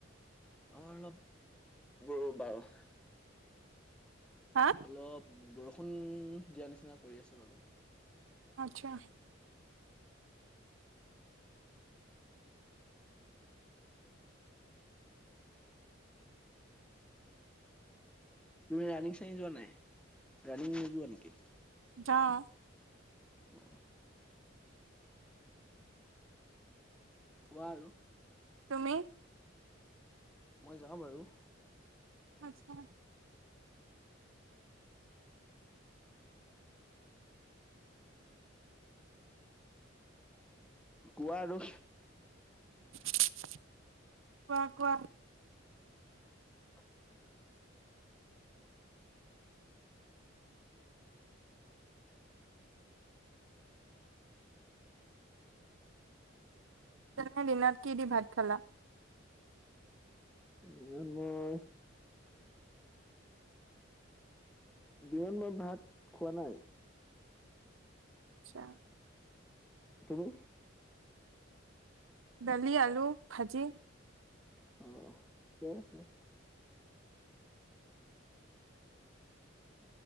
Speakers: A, in the centre; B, on the right (about 80°).
A: আমাৰ অলপ ৰ বাৰু।
B: হা
A: অলপ বৰষুণ দিয়া নিচিনা কৰি আছে বাৰু।
B: আচ্ছা।
A: তুমি ৰানিং-চানিং যোৱা নাই, ৰানিং নযোৱা নেকি?
B: যাও
A: অ। <inaudible> কোৱা আৰু।
B: তুমি
A: মই যাওঁ বাৰু।
B: আচ্ছা।
A: কোৱা আৰু।
B: কোৱা-কোৱা।
A: <inaudible>
B: তেনে দিনত কিহেদি ভাত খালা?
A: দিনত মই দিনত মই ভাত খোৱা নাই।
B: আচ্ছা।
A: তুমি?
B: দালি, আলু ভাজি।
A: অ, ঠিকে আছে।